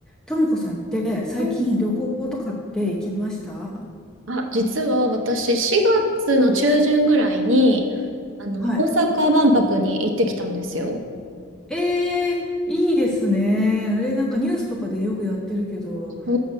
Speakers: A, in the centre; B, on the right (about 75°).
A: ともこさんって最近旅行とかって行きました
B: うんあ、実は私4月の中旬ぐらいに、あの、
A: はい。
B: 大阪万博に行ってきたんですよ。
A: ええいいですね。あれ、なんかニュースとかでよくやってるけど、
B: お